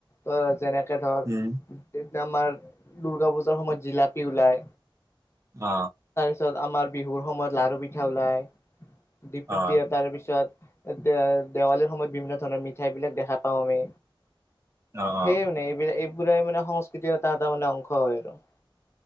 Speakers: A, on the left; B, on the right.
A: ত যেনে ধৰ
B: উম।
A: আমাৰ দুূৰ্গা পূজাৰ সময়ত জিলাপি ওলাই
B: অ
A: তাৰপিছত আমাৰ বিহুৰ সময়ত লাডাৰু পিঠা ওলাই দি
B: অ',
A: দিয়ে তাৰপিছত দেৱালীৰ সময়ত বিভিন্ন ধৰণৰ মিঠাই বিলাক দেখা পাওঁ আমি
B: অ',
A: সেই
B: অ'।
A: মানে এইবিল এইবিল ম সংস্কৃতিৰ ত তাৰ মানে অংশ হয় আৰু